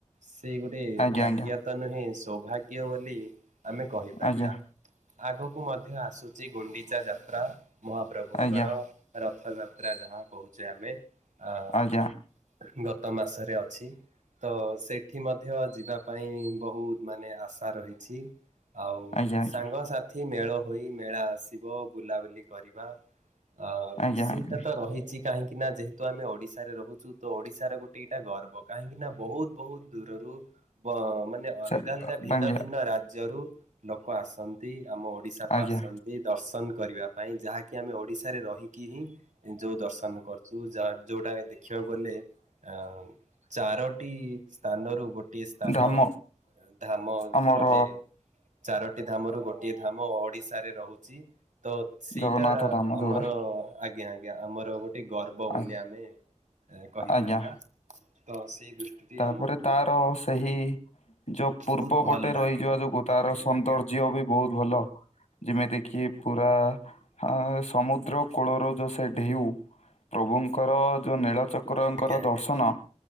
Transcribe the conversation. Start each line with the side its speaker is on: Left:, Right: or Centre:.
Right: ସେ ଗୋଟେ
Left: ଆଜ୍ଞା ଆଜ୍ଞା
Right: ଭାଗ୍ୟ ତ ନୁହେଁ ସୌଭାଗ୍ୟ ବୋଲି ଆମେ କହିପାରିବା,
Left: ଆଜ୍ଞା
Right: ଆଗକୁ ମଧ୍ୟ ଆସୁଛି ଗୁଣ୍ଡିଚା ଯାତ୍ରା। ମହାପ୍ରଭୁଙ୍କର
Left: ଆଜ୍ଞା ଆଜ୍ଞା। ଆଜ୍ଞା ଆଜ୍ଞା ଆଜ୍ଞା
Right: ରଥଯାତ୍ରା ଯାହା କହୁଛେ ଆମେ ଅଁ
Left: ଆଜ୍ଞା ଆଜ୍ଞା ଆଜ୍ଞା
Right: ଗତ ମାସରେ ଅଛି। ତ ସେଠି ମଧ୍ୟ ଯିବା ପାଇଁ ବହୁତ ମାନେ ଆଶା ରହିଛି। ଆଉ
Left: ଆଜ୍ଞା ଆଜ୍ଞା।
Right: ସାଙ୍ଗସାଥି ମେଳ ହୋଇ ମେଳା ଆସିବ ବୁଲାବୁଲି କରିବା ଅ
Left: ଆଜ୍ଞା
Right: ସେଇଟା
Left: ଆଜ୍ଞା
Right: ତ ରହିଛି କାହିଁକି ନା ଯେ ତ ଆମେ ଓଡିଶାରେ ରହୁଛୁ ତ ଓଡିଶାର ଗୋଟେ ଏଇଟା ଗର୍ବ, କାହିଁକି ନା ବହୁତ ବହୁତ ଦୂରରୁ ବ ମାନେ ଅଲଗା
Left: ସେ
Right: ଅଲଗା ଭିନ୍ନ
Left: ଆଜ୍ଞା
Right: ଭିନ୍ନ ରାଜ୍ୟରୁ ଲୋକ ଆସ ନ୍ତି ଆମ ଓଡିଶାକୁ
Left: ଆଜ୍ଞା
Right: ଆସନ୍ତି ଦର୍ଶନ କରିବା ପାଇଁ ଯାହା କି ଆମେ ଓଡିଶାରେ ରହିକି ହିଁ ଯୋଉ ଦର୍ଶନ କରୁଛୁ ଯା ଯୋଉଟା ଦେଖିବାକୁ ଗଲେ ଅ ଚାରୋଟି ସ୍ଥାନରୁ ଗୋ ଏ ସ୍ଥାନ
Left: ଧାମ
Right: ଧାମ
Left: ଆମର
Right: ରହେ ଚାରୋଟି ଧାମରୁ ଗୋଟିଏ ଧାମ ଓଡିଶାରେ ରହୁ ଚି। ତ ସେଇଟା
Left: ଜଗନ୍ନାଥ ଧାମ ଯୋଉଟା
Right: ଆମର ଆଜ୍ଞା ଆଜ୍ଞା ଆମର ଗୋଟେ ହବ ବୋଲି
Left: ଆ-
Right: ଆମେ କହିପାରିବା,
Left: ଆଜ୍ଞା
Right: ତ ସେଇ ଦୃଷ୍ଟିଟି
Left: ତାପରେ
Right: ଆମକୁ
Left: ତାର ସେହି ଯୋଉ
Right: ବହୁତ
Left: ପୂର୍ବ
Right: ଭଲ
Left: ପଟେ
Right: ଲାଗେ।
Left: ରହିଯିବା ଯୋଗୁ ତାର
Right: ଆଜ୍ଞା
Left: ସୌନ୍ଦର୍ଯ୍ୟ
Right: ଆଜ୍ଞା
Left: ବି ବହୁତ ଭଲ। ଯେମିତି କିି ପୁରା ଅଁ ସମୁଦ୍ର କୂଳରୁ ଯୋଉ ସେ ଢେଉ ପ୍ରଭୁଙ୍କର ଯୋଉ ନୀଳଚକ୍ରଙ୍କର
Right: ଆଜ୍ଞା ଆଜ୍ଞା ଆଜ୍ଞା
Left: ଦର୍ଶନ